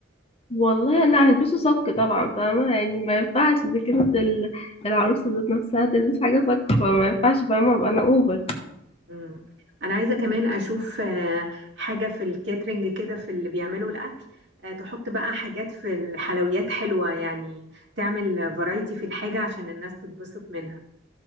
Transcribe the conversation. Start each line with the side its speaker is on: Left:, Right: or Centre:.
Left: والله لا هلبسه صك طبعا فاهمه يعني ما ينفعش اذا كانت ال- العروسه ذات نفسها تلبس حاجه صك فما ينفعش فاهمه ابقى انا اوفر
Right: مم. انا عايزه كمان اشوف آه، حاجه في الكاترينج كده في اللي بيعملوا الاكل آه، تحط بقى حاجات في الحلويات حلوه يعني تعمل فرايتي في الحاجه عشان الناس تتبسط منها